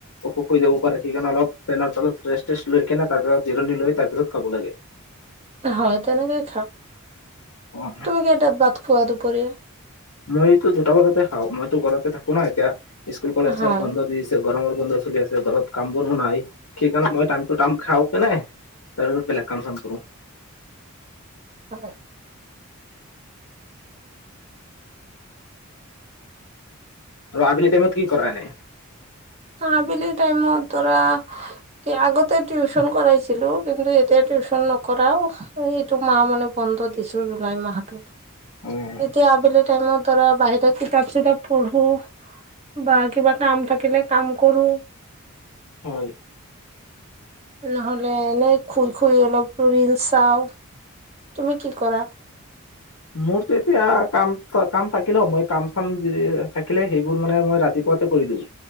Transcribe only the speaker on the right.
হয় তেনেকেই খাওক
তুমি কেইটাত ভাত খোৱা দুপৰীয়া।
হয়
ভাল দে।
আবেলি টাইমত ধৰা আহ্ আগতে টিউচন কৰাইছি ছিলো কিন্তু এতিয়া টিউচন নকৰাও এইটো মাহ মানে বন্ধ দিছো জুলাই মাহটো।
এতিয়া আবেলিত টাইমত ধৰা বাহিৰা কিতাপ-চিতাপ পঢ়ো বা কিবা কাম থাকিলে কাম কৰো।
নহলে এনেই শুই শুই অলপ ৰিলস চাও। তুমি কি কৰা?